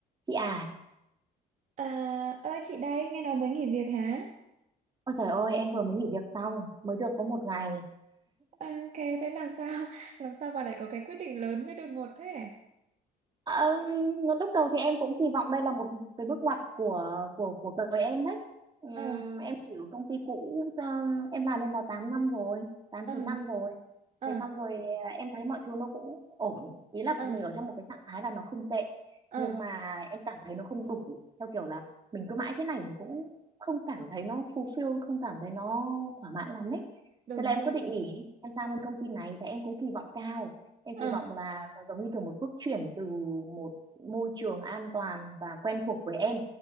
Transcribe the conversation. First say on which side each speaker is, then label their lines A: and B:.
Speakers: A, on the right; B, on the right.
A: Chị à,
B: À, ơi chị đây, nghe nói mới nghỉ việc hả?
A: ôi trời ơi, em vừa mới nghỉ việc xong, mới được có một ngày,
B: À, ok, thế làm sao? <laughs> Làm sao bà lại có cái quyết định lớn với đột ngột thế?
A: Ờ, lúc đầu thì em cũng kỳ vọng đây là một cái bước ngoặt của của của đời em đấy. Ừm,
B: Ờ,
A: em hiểu công ty cũ ờ, em làm bên đó 8 năm rồi, 8
B: ờ,
A: 9 năm rồi.
B: ờ,
A: Thế xong rồi ờ, em thấy mọi thứ nó cũng ổn, ý là
B: ờ,
A: mình ở trong một cái trạng thái là nó không tệ,
B: ờ,
A: nhưng mà em cảm thấy nó không đủ, theo kiểu là mình cứ mãi thế này mình cũng không cảm thấy nó fulfill, không cảm thấy nó thỏa mãn lắm ấy.
B: đúng
A: Thế là em
B: rồi.
A: quyết định nghỉ, em sang bên công ty này và em cũng kỳ vọng cao Em
B: Ờ,
A: kỳ vọng là nó giống như kiểu một bước chuyển từ một môi trường an toàn và quen thuộc với em